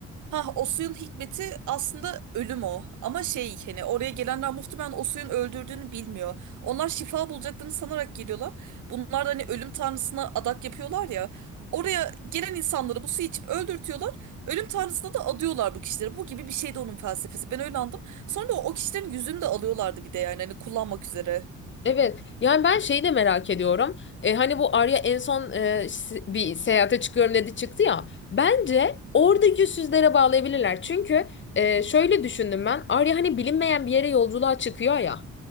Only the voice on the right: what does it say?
Ha o suyun hikmeti aslında ölüm o. Ama şey hani oraya gelenler muhtemelen o suyun öldürdüğünü bilmiyor. Onlar şifa bulacaklarını sanarak geliyorlar. Bunlar da hani ölüm tanrısına adak yapıyorlar ya. Oraya gelen insanları bu suyu içip öldürtüyorlar. Ölüm tanrısına da adıyorlar bu kişileri. Bu gibi bir şey de onun felsefesi. Ben öyle anladım. Sonra da o kişilerin yüzünü de alıyorlardı bir de yani hani kullanmak üzere.